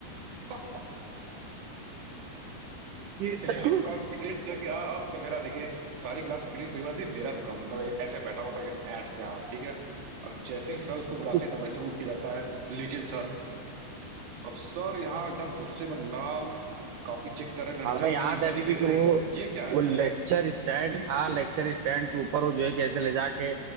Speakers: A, on the right (about 70°); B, on the right (about 80°).
A: <laughs>
B: कि
A: एकदम कॉन्फिडेंट था कि हाँ अब तो मेरा देखिए सारी क्लास पीटी कोई बात नहीं मेरा तो कम- मतलब ऐसे बैठा हुआ था कि ऐट क्या हाँ, ठीक है अब जैसे ही सर उसको बुलाते
B: उस
A: हैं एकदम ऐसे उठ के जाता है लीजिए सर अब सर यहाँ एकदम गुस्से में लाल कॉपी चेक कर रहे हैं
B: हमें
A: लड़कियों
B: याद
A: की इधर
B: है अभी भी
A: देख
B: कि वो
A: रहे हैं ये क्या है
B: वो लेक्चर स्टैंड
A: कि
B: था लेक्चर स्टैंड के ऊपर वो जो है कैसे ले जाके